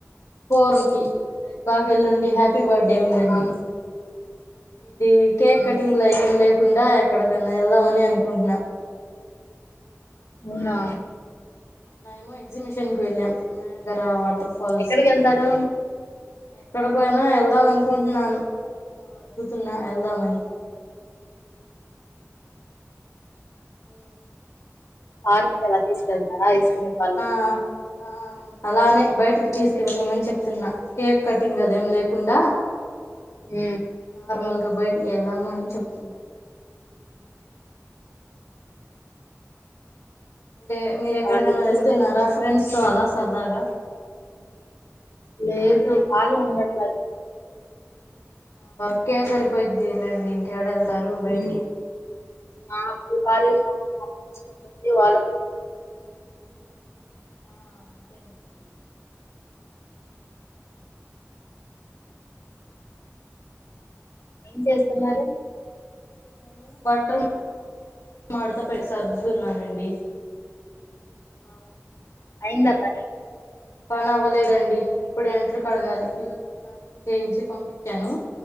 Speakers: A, on the left (about 80°); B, on the left (about 65°).
A: ఫోర్ కి రేపు కాకేళ్ళుండి హ్యాప్ హ్యాపీ బర్త్డే ఉందండి
B: ఆ
A: ఇది కేక్
B: ఆ
A: కటింగ్ లు అయి ఏం లే కాకుండా ఎక్కడికన్నా వెళ్దామని అనుకుంటున్నా
B: అవునా
A: నయము ఎగ్జిమిషన్ కి వెళ్ళం నాయగర వాటర్ ఫాల్స్
B: ఎక్కడికెళ్తారు
A: ఎక్కడికైనా వెళ్దాం అనుకుంటున్నాను మ అడుగుతున్న వెళ్దామని ఉ
B: <unintelligible> తీసుకెళ్తారా ఐస్ క్రీమ్ పార్లర్
A: ఆ ఆ అలానే బయటికి తీసుకు వెెళ్ళమని చెప్తున్న కేక్ కటింగ్ అదేం లేకుండ
B: ఉ
A: నార్మల్గా బయటికి వెళ్ళామ అని చెప్తున్నా టే మీరు ఎక్కడికైన
B: అలా తెచ్చిస్తే
A: వెళ్తున్నారా ఫ్రెండ్స్ తో అలా సరదాగ
B: లేదు కాళీ ఉండట్ల ఇప్పుడు
A: వర్క్ ఎ సరిపోయిదిలేండి ఇంకా యాడ ఎళ్తారు బయటికి
B: ఉమ్, <unintelligible>
A: ఆ అంతేనండి
B: ఏం చేస్తున్నారు
A: నేను బట్టల్ మడత పే సర్దుతున్నానండి ఆ
B: అయింద పని
A: పని అవ్వలేదండి ఇప్పుడు అంట్లు కడగాలి పిల్లల <unintelligible> చేయించి పంపించాను